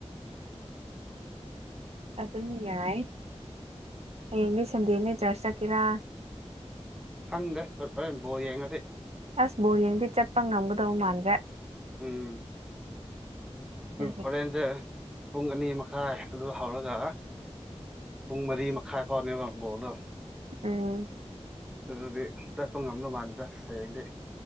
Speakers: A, on the right; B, in the centre.
A: ꯑꯗꯨꯝ ꯌꯥꯏ ꯍꯌꯦꯡꯗꯤ ꯁꯟꯗꯦꯅꯦ ꯆꯔꯁ ꯆꯠꯀꯦꯔꯥ
B: ꯈꯪꯗꯦ ꯍꯣ ꯍꯣꯔꯦꯟ ꯕꯣꯔ ꯌꯦꯡꯉꯗꯤ
A: ꯑꯁ ꯕꯣꯜꯌꯦꯡꯕꯗꯤ ꯆꯠꯄ ꯉꯝꯒꯗꯧ ꯃꯥꯟꯗ꯭ꯔꯦ
B: ꯎꯝ
A: ꯑꯗꯨꯒꯤ
B: ꯍꯣꯔꯦꯟꯁꯦ ꯄꯨꯡ ꯑꯅꯤ ꯃꯈꯥꯏ ꯑꯗꯨ ꯍꯧꯔꯒ ꯄꯨꯡ ꯃꯔꯤ ꯃꯈꯥꯏ ꯐꯥꯎꯅꯦꯕ ꯕꯣꯜꯗꯣ
A: ꯎꯝ
B: ꯑꯗꯨꯗꯤ ꯆꯠꯄ ꯉꯝꯗꯧ ꯃꯥꯟꯗ꯭ꯔꯥ ꯍꯌꯦꯡꯗꯤ